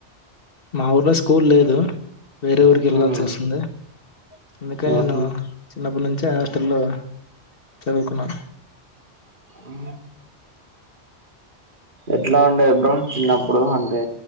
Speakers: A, on the left; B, on the right.
A: మా ఊర్లో స్కూల్ లేదు వేరే ఊరికి వెళ్లాాల్సి
B: ఉమ్
A: వస్తుంది అందుకే నేను
B: ఉహు
A: చిన్నప్పటి నుంచే హాస్టల్లో చదువుకున్నాను
B: ఊ ఎట్లా ఉండే బ్రో చిన్నప్పుడు అంటే